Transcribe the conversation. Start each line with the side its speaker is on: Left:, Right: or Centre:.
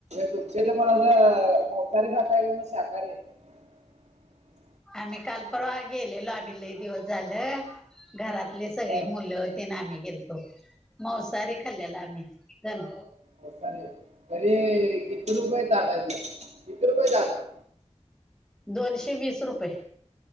Right: तुमच्या इथ मग मावसारी खाताय कि मग शाकाहारी <inaudible>
Centre: आम्ही काल परवा गेलेलो, आम्ही लई दिवस झालं. घरातलली सगळी
Right: हा
Centre: मुलं ते न आम्ही गेलतो. मावसारी खाल्लेल आम्ही तेन.
Right: मावसारी, तरी किती रुपय ताटाचे? किती रुपये ताट हाय?
Centre: दोनशे वीस रुपये.